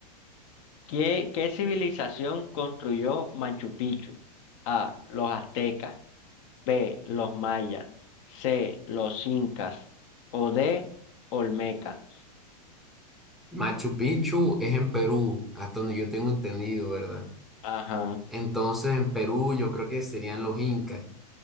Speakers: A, on the left; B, in the centre.
A: ¿Qué, qué civilización construyó Machu Picchu? A. Los aztecas. B, los mayas, C, los incas o D, Olmeca.
B: Machu Picchu es en Perú, hasta donde yo tengo entendido, ¿verdad?
A: Ajá,
B: Entonces, en Perú yo creo que serían los incas.